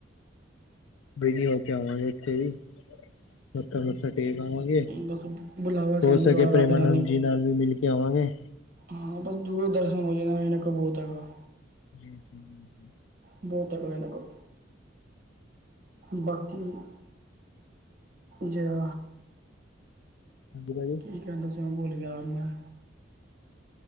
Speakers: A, on the left; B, on the right.
A: ਬਿਜੀ ਹੋ ਕੇ ਆਵਾਂਗੇ ਇੱਥੇ ਜੀ। ਮੱਥਾ ਮੁਥਾ ਟੇਕ ਆਵਾਂਗੇ
B: ਬਸ ਬੁਲਾਵਾ
A: ਹੋ
B: ਸਾਨੂੰ
A: ਸਕੇ
B: ਰਾ ਰਾਧਾ
A: ਪ੍ਰੇਮਾਨੰਦ
B: ਰਾਣੀ
A: ਜੀ ਨਾਲ ਵੀ ਮਿਲ ਕੇ ਆਵਾਂਗੇ।
B: ਹਾਂ ਬਸ ਦੂਰੋਂ ਦਰਸ਼ਨ ਹੋ ਜਾਣਾ ਇਨਾ ਕ ਬਹੁਤ ਹੈਗਾ।
A: ਜੀ ਜੀ।
B: ਬਹੁਤ ਹੈਗਾ ਐਨਾ ਕੋਲ, ਬਾਕੀ। ਜਾਂ
A: ਹਾਂਜੀ ਭਾਜੀ।
B: ਕੀ ਕੈਂਦਾ ਸੀ ਮੈਂ ਭੂੱਲ ਗਆ ਯਾਰ ਮੈਂ।